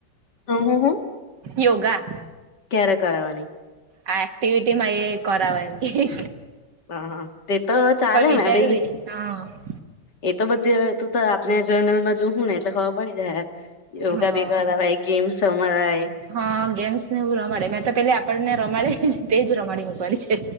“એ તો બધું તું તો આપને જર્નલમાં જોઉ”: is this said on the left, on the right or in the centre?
Left